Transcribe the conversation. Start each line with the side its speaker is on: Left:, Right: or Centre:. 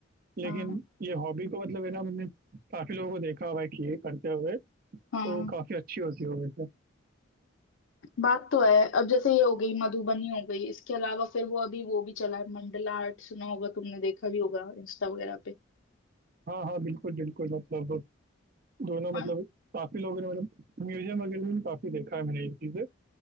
Right: लेकिन
Left: हाँ
Right: ये हॉबी को मतलब है ना मैंने काफी लोगों को देखा हुआ है कि ये करते हुए तो
Left: हाँ
Right: काफी अच्छी होती है वैसे
Left: बात तो है अब जैसे ये हो गई मधुबनी हो गई इसके अलावा फिर वो अभी वो भी चला है मंडला आर्ट सुना होगा तुमने देखा भी होगा इंस्टा वगैरह पे
Right: हाँ हाँ बिल्कुल बिल्कुल मतलब दोनों मतलब
Left: हाँ,
Right: काफी लोगों ने मतलब म्यूजियम वगैरह में भी काफी देखा है मैंने ये चीजें